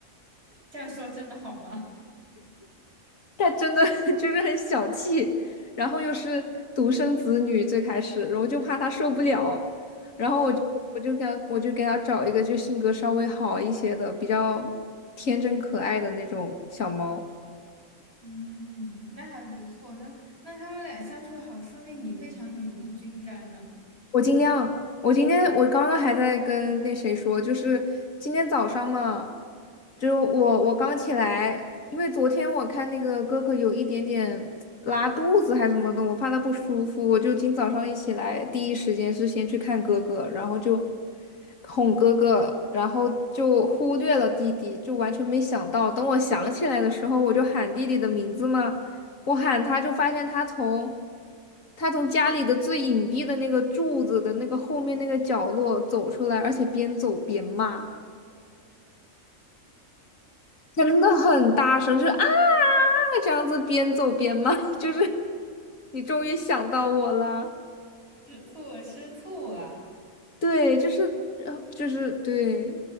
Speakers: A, on the right; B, on the left.
A: 这样说真的好吗？
B: 他真的 <laughs> 就是很小气，然后又是独生子女，最开始，然后我就怕他受不了，然后我就我就给他我就给他找一个就性格稍微好一些的，
A: <laughs>
B: 比较天真可爱的那种小猫。
A: 嗯，那还不错。那那他们俩相处好，说明你非常雨露均沾呢。
B: 我尽量。我今天我刚刚还在跟那谁说，就是今天早上嘛，就我我刚起来，因为昨天我看那个哥哥有一点点拉肚子还是什么的，我怕他不舒服，我就今早上一起来，第一时间是先去看哥哥，然后就哄哥哥，然后就忽略了弟弟，就完全没想到，等我想起来的时候，我就喊弟弟的名字嘛。我喊他，就发现他从他从家里的最隐蔽的那个柱子的那个后面那个角落走出来，而且边走边骂，真的很大声，就是啊这样子边走边骂，<laughs> 就是你终于想到我了，
A: 吃醋了，吃醋了。
B: 对，就是呃就是对，